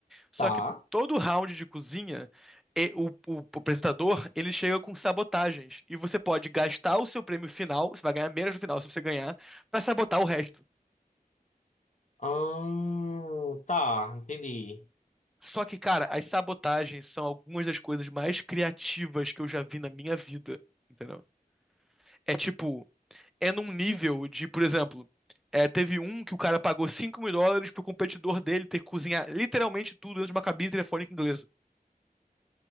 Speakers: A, in the centre; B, on the left (about 55°).
A: Só
B: tá.
A: que todo round de cozinha, e- o, o apresentador, ele chega com sabotagens. E você pode gastar o seu prêmio final, você vai ganhar menos no final se você ganhar, pra sabotar o resto.
B: Ah, tá, entendi.
A: Só que, cara, as sabotagens são algumas das coisas mais criativas que eu já vi na minha vida, entendeu? É tipo, é num nível de, por exemplo, é, teve um que o cara pagou 5 mil dólares pro competidor dele ter que cozinhar literalmente tudo dentro de uma cabine telefônica inglesa.